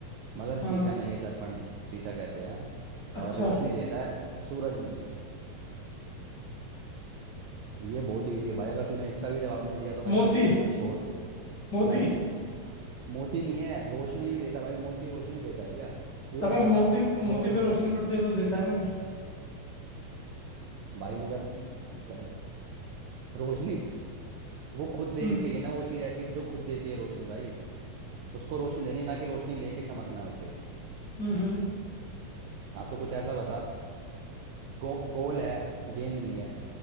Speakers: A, on the right; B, on the left.
A: मगर
B: हाँ
A: शीशा नहीं है दर्पण शीशा कहते हैं
B: अच्छा
A: और रोशनी देता है सूरज नहीं है ये बहुत इजी है भाई अगर तूने इसका भी जवाब नहीं दिया तो भाई
B: मोती
A: तू खेलना छोड़ दियो
B: मोती
A: नहीं मोती नहीं है रोशनी भी देता है भाई मोती रोशनी देता है क्या पूरा
B: अबे
A: सुनना
B: मोती मोती
A: गोल
B: पे रोशनी पड़ती है तो देता है ना फिर।
A: भाई मगर क्या रोशनी वो खुद देनी
B: हम्म
A: चाहिए ना वो चीज ऐसी कि जो खुद देती है रोशनी भाई उसको रोशनी देनी है ना कि रोशनी लेके चमकना है उसे
B: हम्म हम्म,
A: हाँ तो कुछ ऐसा बता गो, गोल है गेंद नहीं है